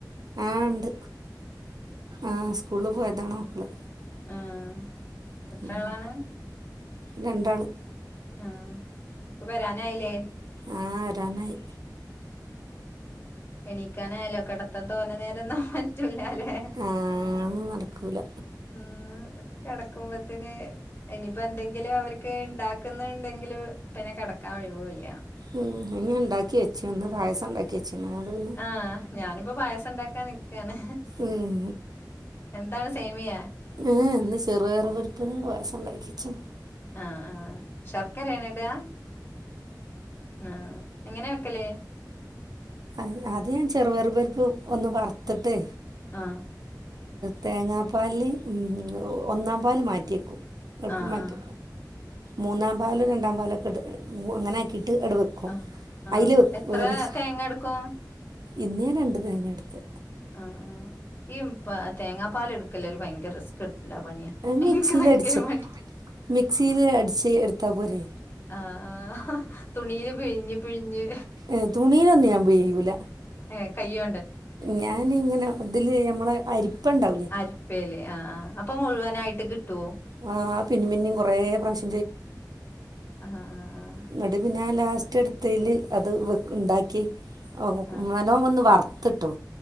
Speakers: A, on the right; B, on the left.
A: ആഹ് ഇണ്ട് ആഹ് സ്കൂളിൽ പോയതാണ് മക്കള്
B: ആഹ്
A: എത്രളാണ്
B: എത്ര ആളാണ്
A: രണ്ടാള്
B: ആഹ് ഇപ്പൊ വരാനായില്ലേ
A: ആഹ് വാരാനായി
B: എണീക്കാനായാലോ കെടത്തം തോന്നെ നേരംഒന്നും പറ്റൂല്ലല്ലേ
A: ആഹ് ഒന്നും നടക്കൂല
B: ഇന്ന്കിടക്കുമ്പത്തിന് ഇനിപ്പോ എന്തെങ്കിലും അവർക്ക് ഉണ്ടാക്കുന്നുണ്ടെങ്കില് പിന്നെ കിടക്കാൻ ഒഴിവുല്ല
A: ഉം അത് ഇണ്ടാക്കി വെച്ചു ഇന്ന് പായസംഇണ്ടാക്കി <unintelligible>
B: ആഹ് ഞാനിപ്പോ പായസം ഇണ്ടാക്കാന് നിക്കാണ്
A: ഉം
B: എന്താണ് സേമിയാ
A: എഹേ ഇന്ന് ചെറുപയർ പരിപ്പോണ്ട് പായസംഇണ്ടാക്കേച്ച്
B: ആഹ് ആഹ് ശർക്കരേണൊ ഇടാ ആഹ് ആഹ് എങ്ങനെ വെക്കല്
A: അ അത് ഞാൻ ചെറുപയർപരിപ്പ് ഒന്ന് വർത്തിട്ട്
B: ആഹ്
A: തേങ്ങാപാലില് ഒന്നാം പാൽ മാറ്റി വെക്കും
B: ആഹ്
A: മറ്റ്
B: ആഹ്
A: മൂന്നാം പാലും രണ്ടാം പാലൊക്കെ ഇട്ട് അങ്ങനെ ആക്കിയിട്ട് അട് വയ്ക്കും
B: ആഹ്
A: ക്കും
B: ആഹ്
A: അയില്
B: എത്ര
A: വേവിച്ചു
B: തേങ്ങ എടുക്കും
A: ഇന്ന് ഞാൻരണ്ട് തേങ്ങ എടുത്ത്
B: ആഹ് ആഹ്ഈ തേങ്ങാ പാല് എടുക്കല് ഒരു ഭയങ്കര റിസ്കില്ലെ പണിയാ
A: മിക്സിയിൽ
B: എനിക്ക് ഭയങ്കര
A: അടിച്ച
B: മടി
A: മിക്സിയിൽ അടിച്ച് എടുത്ത പോരെ
B: ആഹ് ആഹ് തുണിയില് പിഴിഞ്ഞ് പിഴിഞ്ഞ്
A: ഏയ് തുണയിലൊന്നും ഞാൻ പിയ്യൂല
B: ഏ കയ്യൊ
A: ഞാനിങ്ങനെ ഇതില് മ്മളെ അരിപ്പ ഉണ്ടാവുലെ
B: അരിപ്പേല് ആഹ് ആ ഹ്അപ്പൊ മുഴുവനായിട്ട് കിട്ടോ
A: ആഹ് പിന്ന പിന്നെയും കൊറേ പ്രവശ്യം
B: ആഹ് ആഹ് ആഹ്
A: ഇങ്ങ്ട്ട് പിന്നെ ആ ലാസ്റ്റ് എടുത്തേല് അത് വ് ഇണ്ടാക്കി ഓ
B: ആഹ് ആഹ്
A: നല്ലോണം ഒന്ന് വർത്തിട്ടു